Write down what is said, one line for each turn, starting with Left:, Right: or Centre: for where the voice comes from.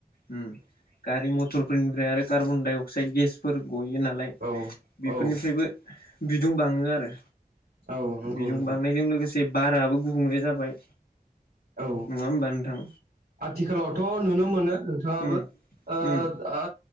Left: ओम गारि मथर फोरनिफ्राय आरो कार्बन डाइ अक्साइड गेसफोर गयो नालाय
Right: औ
Left: बेफोरनिफ्रायबो
Right: औ
Left: बिदुं बाङो आरो
Right: औ नंगौ
Left: बिदुं
Right: नोंथां
Left: बांनायजों लोगोसे बाराबो गुबुंले जाबाय
Right: औ
Left: नङा होमबा नोंथां
Right: आथिखालावथ' नुनो मोनो नोंथाङाबो
Left: उम
Right: ओ
Left: उम
Right: ओ